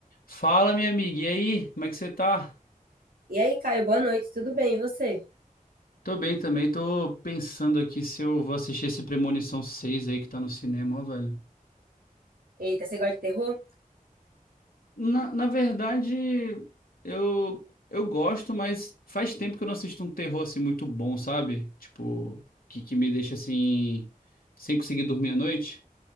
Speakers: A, on the left (about 80°); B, on the right (about 80°).
A: Fala, minha amiga, e aí? Como é que você tá?
B: E aí, Caio, boa noite, tudo bem? E você?
A: Tô bem também, tô pensando aqui se eu vou assistir esse Premonição 6 aí que tá no cinema, ó, velho.
B: Eita, você gosta de terror?
A: Na, na verdade, eu, eu gosto, mas faz tempo que eu não assisto um terror assim muito bom, sabe? Tipo, que, que me deixa assim, sem conseguir dormir à noite.